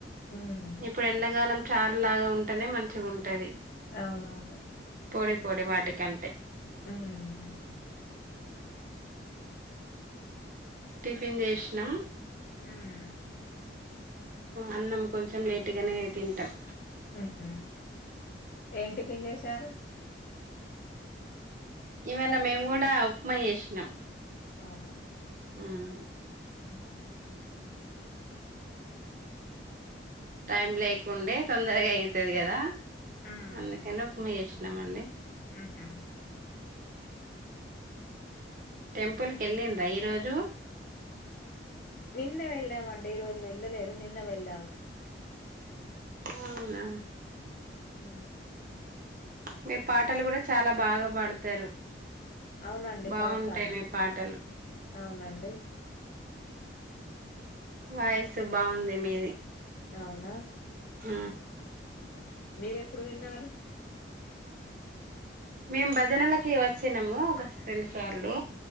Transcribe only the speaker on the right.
ఇప్పుడు ఎండాకాలం చార్ లాగా ఉంటేనే మంచిగుంటది
పొడి పొడి వాటికంటే
టిఫిన్ చేసినాం
అన్నం కొంచెం లేటుగానే తింటం
ఇవాళ మేము కూడా ఉప్మా చేసినం
ఉమ్
టైం లేకుండే తొందరగా అయితది కదా
అందుకని ఉక్మ చేసినమండి
టెంపుల్ కెళ్ళిండ్రా ఈ రోజు
అవునా
మీరు పాటలు కూడా చాలా బాగా పాడతారు
బాగుంటాయి
మీ పాటలు
వాయిస్ బాగుంది మీది
హు
మేము భజనలకి వచ్చినము ఒక రెండు సార్లు